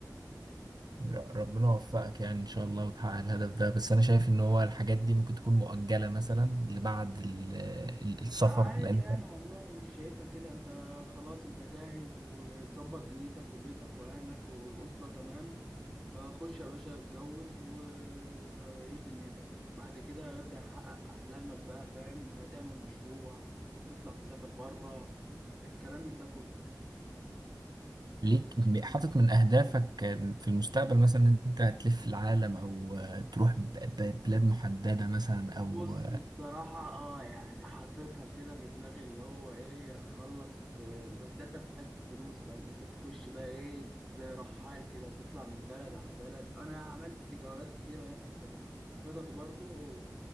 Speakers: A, on the right; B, in the centre.
A: ر- ربنا يوفقك يعني ان شاء الله وتحقق الهدف ده بس انا شايف ان هو الحاجات دي ممكن تكون مؤجلة مثلا لبعد ال- ال- السفر
B: لا عادي
A: لان
B: يعني والله مش شايفها كده انت خلاص انت جاهز ومظبط دنيتك وبيتك واهلك والاسره تمام فخش يا باشا اتجوز و- وعيش دنيتك بعد كده ابدا حقق احلامك بقى فاهم هتعمل مشروع تطلع تسافر بره الكلام من ده كله
A: ليك م- حاطط من اهدافك في المستقبل مثلا ان انت هتلف العالم او تروح ب- ب- بلاد محددة مثلا او
B: بص الصراحة اه يعني حاططها كده في دماغي اللي هو ايه اخلص آه، بس ده انت محتاج فلوس بقى ان انت تخش بقى ايه زي رحال كده تطلع من بلد على بلد انا عملت جولات كتيرة هنا ففي خططي برضو